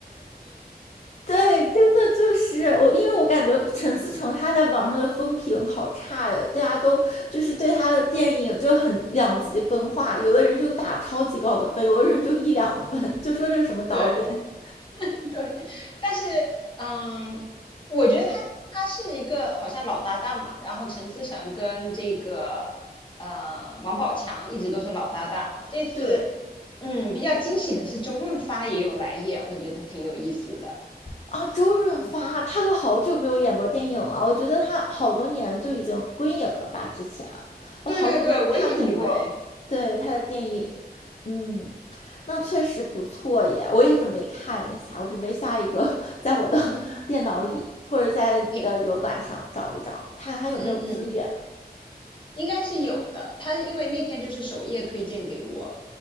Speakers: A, on the left; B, on the left.
A: 对，真的就是我，因为我感觉陈思诚他在网上的风评好差呀，大家都就是对他的电影就很两极分化，有的人就打超级高的分，有的人就一两分，就说这是什么导演。
B: 对，对，但是嗯，我觉得他他是一个好像老搭档嘛，然后陈思诚跟这个呃王宝强一直都是老搭档。
A: <laughs>
B: 这次
A: 对，
B: 嗯比较惊喜的是周润发也有来演，我觉得挺有意思的。
A: 啊，周润发他都好久没有演过电影了，我觉得他好多年就已经归隐了吧。之前我好久没有看见过对他的电影，
B: 对对对，我也以为
A: 嗯，那确实不错耶，我也准备看一下，我准备下一个 <laughs> 在我的
B: <laughs> 你
A: <laughs> 电脑里或者在呃油管上找一找，
B: 挺
A: 看看他有没有资源。
B: 嗯嗯应该是有的。他因为那天就是首页推荐给我，